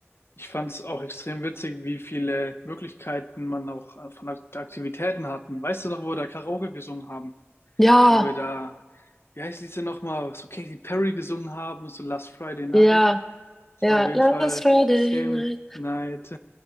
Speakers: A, on the left; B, in the centre.
A: ich fand es auch extrem witzig, wie viele Möglichkeiten man auch äh, von Ak- Aktivitäten hatten. Weißt du noch, wo wir da Karaoke gesungen haben?
B: Ja,
A: Wo wir da, wie heißt diese nochmal, so Katy Perry gesungen haben, so Last Friday Night.
B: ja,
A: Das
B: ja.
A: war auf jeden
B: Last
A: Fall
B: Friday
A: extrem
B: night.
A: night.